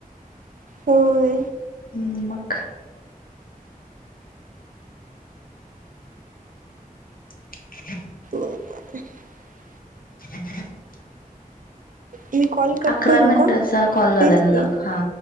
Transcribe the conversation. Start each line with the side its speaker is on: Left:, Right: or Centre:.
Right: होय.
Left: मग. <inaudible>
Right: <inaudible>
Left: <inaudible>
Right: मी कॉल कट
Left: अकरा
Right: करू
Left: मिनिटाचा
Right: का?
Left: कॉल झालाय
Right: तेच
Left: तुझा
Right: की
Left: हा.